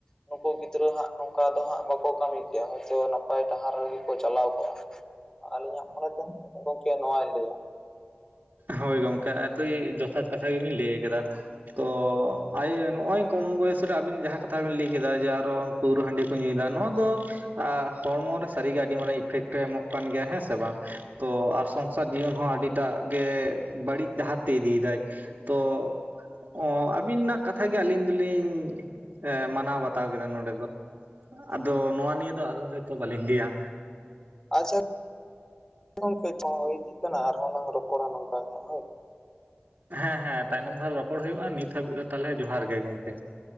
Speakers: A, on the left; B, on the right.
A: ᱱᱩᱠᱩ ᱜᱤᱫᱽᱨᱟᱹ ᱦᱟᱸᱜ ᱱᱚᱝᱠᱟ ᱫᱚ ᱦᱟᱸᱜ ᱵᱟᱠᱚ ᱠᱟᱹᱢᱤ ᱠᱮᱭᱟ ᱦᱚᱭᱛᱳ ᱱᱟᱯᱟᱭ ᱰᱟᱦᱟᱨ ᱨᱮᱜᱮ ᱠᱚ ᱪᱟᱞᱟᱣ ᱠᱚᱜᱼᱟ᱾ ᱟᱞᱤᱧᱟᱜ ᱢᱚᱱᱮ ᱛᱮ ᱜᱚᱝᱠᱮ ᱱᱚᱣᱟᱧ ᱞᱟᱹᱭᱟ᱾
B: ᱦᱳᱭ ᱜᱚᱝᱠᱮ ᱟᱹᱰᱤ ᱡᱚᱛᱷᱟᱛ ᱠᱟᱛᱷᱟ ᱜᱮᱵᱤᱱ ᱞᱟᱹᱭ ᱠᱟᱫᱟ᱾ ᱛᱚ ᱟᱭᱤᱭᱟᱹ ᱱᱚᱜ -ᱚᱭ ᱠᱚᱢ ᱵᱚᱭᱮᱥ ᱨᱮ ᱟᱵᱤᱱ ᱡᱟᱦᱟᱸ ᱠᱟᱛᱷᱟ ᱵᱤᱱ ᱞᱟᱹᱭ ᱠᱮᱫᱟ ᱡᱮ ᱟᱨᱚ ᱯᱟᱹᱣᱨᱟᱹ ᱦᱟᱺᱰᱤ ᱠᱚ ᱧᱩᱭᱮᱫᱟ ᱱᱚᱣᱟ ᱫᱚ ᱟ ᱦᱚᱲᱢᱚᱨᱮ ᱥᱟᱹᱨᱤᱜᱮ ᱟᱹᱰᱤ ᱢᱟᱨᱟᱝ ᱤᱯᱷᱮᱠᱴ ᱮ ᱮᱢᱚᱜ ᱠᱟᱱ ᱜᱮᱭᱟ ᱦᱮᱸ ᱥᱮ ᱵᱟᱝ ᱛᱚ ᱟᱨ ᱥᱚᱝᱥᱟᱨ ᱡᱤᱭᱚᱱ ᱦᱚᱸ ᱟᱹᱰᱤ ᱮᱴᱟᱜ ᱜᱮ ᱵᱟᱹᱲᱤᱡ ᱰᱟᱦᱟᱨ ᱛᱮ ᱤᱫᱤᱭᱫᱟᱭ ᱛᱚ ᱚ ᱟᱹᱵᱤᱱᱟᱜ ᱠᱟᱛᱷᱟ ᱜᱮ ᱟᱹᱞᱤᱧ ᱫᱚᱞᱤᱧ ᱮᱸ ᱢᱟᱱᱟᱣ ᱵᱟᱛᱟᱣ ᱠᱮᱫᱟ ᱱᱚᱰᱮ ᱫᱚ᱾ ᱟᱫᱚ ᱱᱚᱣᱟ ᱱᱤᱭᱟᱹ ᱫᱚ ᱟᱫᱚ ᱦᱳᱭᱛᱚ ᱵᱟᱹᱞᱤᱧ ᱞᱟᱹᱭᱟ᱾
A: ᱟᱪᱪᱷᱟ ᱜᱚᱝᱠᱮ ᱛᱚ ᱦᱚᱸ ᱤᱫᱤᱜ ᱠᱟᱱᱟ ᱟᱨᱦᱚᱸ ᱞᱟᱝ ᱨᱚᱯᱚᱲᱟ ᱱᱚᱝᱠᱟ ᱜᱮ ᱦᱟᱸᱜ ᱦᱳᱭ᱾
B: ᱦᱮᱸ ᱦᱮᱸ ᱛᱟᱭᱱᱚᱢ ᱫᱷᱟᱨᱮ ᱨᱚᱯᱚᱲ ᱦᱩᱭᱩᱜᱼᱟ ᱱᱤᱛ ᱦᱟᱹᱵᱤᱡ ᱫᱚ ᱛᱟᱞᱦᱮ ᱡᱚᱦᱟᱨ ᱜᱮ ᱜᱚᱝᱠᱮ᱾